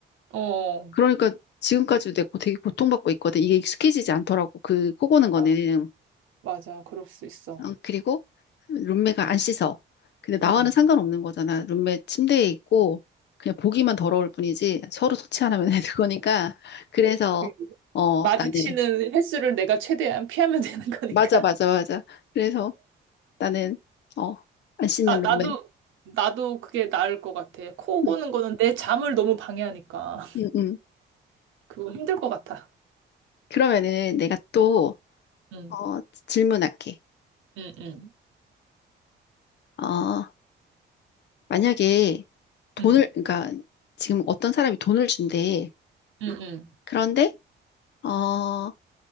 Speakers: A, on the right; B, on the left.
A: 어,
B: 그러니까 지금까지도 내가 되게 고통받고 있거든. 이게 익숙해지지 않더라고. 그 코 고는 거는.
A: 맞아. 맞아. 그럴 수 있어.
B: 어, 그리고 룸메가 안 씻어. 근데 나와는
A: 응.
B: 상관없는 거잖아. 룸메 침대에 있고 그냥 보기만 더러울 뿐이지 서로 소치 안 하면 되는 거니까. 그래서
A: 그,
B: 어,
A: 마주치는
B: 나는
A: 횟수를 내가 최대한 피하면 <laughs> 되는 거니까.
B: 맞아, 맞아, 맞아. 그래서 나는 어, 안 씻는
A: 나, 나도,
B: 룸메.
A: 나도 그게 나을 것 같아. 코 고는
B: 응,
A: 거는 내 잠을 너무 방해하니까. <laughs>
B: 응, 응.
A: 그거 힘들 것 같아.
B: 그러면은 내가 또
A: 어. 응,
B: 어, 질문할게.
A: 응, 응,
B: 어, 만약에 돈을,
A: 응,
B: 그러니까 지금 어떤 사람이 돈을 준대.
A: 응, 응.
B: 그런데, 어,